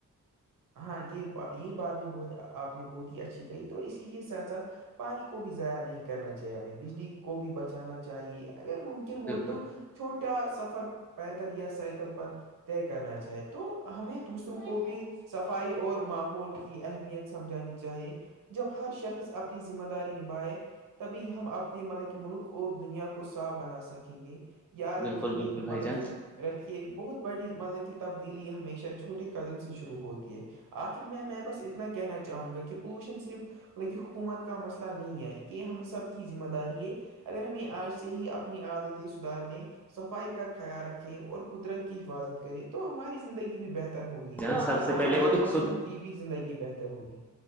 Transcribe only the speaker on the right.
ہاں یہ یہ بات بھی بہت آپ نے بہت ہی اچھی کہ تو اسی کے ساتھ ساتھ پانی کو بھی ضائع نہیں کرنا چاہیے ہمیں بجلی کو بھی بچانا چاہیے اگر ممکن ہو
تو چھوٹا سفر پیدل یا سائیکل پر طے کرنا چاہے تو ہمیں دوسروں کو بھی صفائی اور ماحول کی اہمیت سمجھانی چاہیے جب ہر شخص اپنی ذمہ داری نبھائے تبھی ہم اپنے مطلب کہ ملک اور دنیا کو صاف بنا سکیں گے یاد رکھیں
گے مطلب
کہ رکھیے بہت بڑی مطلب کہ تبدیلی ہمیشہ چھوٹے قدم سے و ہوتی ہے آخر میں میں بس اتنا کہنا چاہوں گا کہ پولوشن صرف مطلب کہ حکومت کا مسئلہ نہیں ہے یہ ہم سب کی ذمہ داری ہے اگر ہمیں آج سے ہی اپنی عادتیں سدھار لیں صفائی کا خیال رکھیں اور قدرت کی حفاظت کریں تو ہماری زندگی بھی بہتر ہوگی
اور آنے
والی
نسلوں
کی بھی زندگی بہتر ہوگی